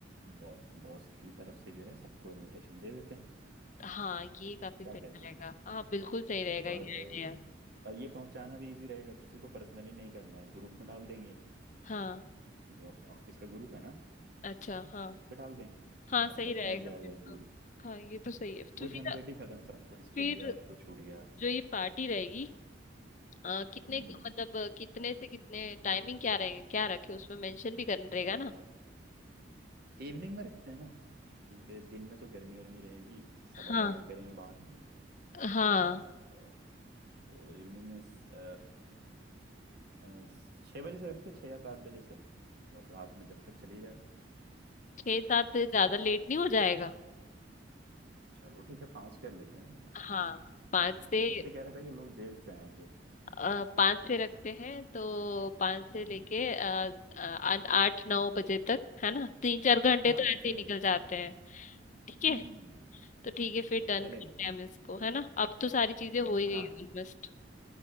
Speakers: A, on the right; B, on the left.
A: बॉस बॉस की तरफ से जो है सबको इनविटेशन दे देते हैं
B: हाँ ये काफी
A: क्या
B: सही
A: कहते
B: रहेगा
A: हो
B: हाँ बिल्कुल सही रहेगा
A: और
B: ये
A: अ,
B: आइडिया
A: और ये पहुंचाना भी इजी रहेगा किसी को पर्सनली नहीं करना है ग्रुप में डाल देंगे
B: हाँ
A: जो अपने ऑफिस का ग्रुप है ना
B: अच्छा हाँ
A: उस पे डाल देंगे
B: हाँ
A: सब
B: सही
A: तक
B: रहेगा
A: पहुंच जाएगा
B: फिर
A: इजीली
B: तो हाँ ये तो सही है तो
A: वो
B: फिर
A: झंझट ही खत्म सबको इसको
B: फिर
A: दिया उसको छूट गया
B: जो ये पार्टी रहेगी अ, कितने
A: हम्म
B: मतलब अ, कितने से कितने टाइमिंग क्या रहेगा क्या रखे उसमें मेंशन भी करना रहेगा
A: आ,
B: ना
A: इवनिंग में रखते हैं ना क्योंकि दिन में तो गर्मी उर्मी रहेगी सब
B: हाँ
A: अवॉइड करेंगे बाहर आने को।
B: हाँ
A: अ, तो इवनिंग में स- अ, अ, छः बजे से रखते हैं छः या सात बजे से और रात में जब तक चली जाए
B: छः सात से ज्यादा लेट नहीं हो जाएगा
A: चलो ठीक है पाँच कर लेते हैं
B: हाँ पाँच
A: मैं
B: से
A: तो इसलिए कह रहा था कि लोग देर से आएंगे
B: अ, पाँच से रखते हैं तो पाँच से
A: हम्म,
B: लेके अ, अ, आठ नौ बजे तक है ना तीन चार घंटे
A: हाँ
B: तो ऐसे
A: चलेगा
B: ही निकल जाते हैं ठीक है
A: हम्म हम्म हम्म
B: तो ठीक है फिर डन
A: चलेगा
B: करते हैं हम इसको है ना अब तो सारी चीजें हो ही गई
A: हाँ
B: ऑलमोस्ट